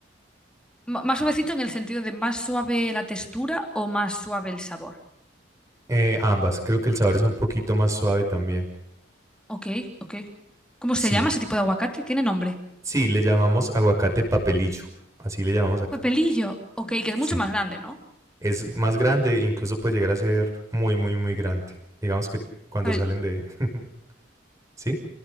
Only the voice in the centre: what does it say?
M- ¿Más suavecito en el sentido de más suave la textura o más suave el sabor?
Ok, ok. ¿Cómo
se llama ese tipo de aguacate? ¿Tiene nombre?
Papelillo. Ok, que
es mucho más grande, ¿no?
Claro,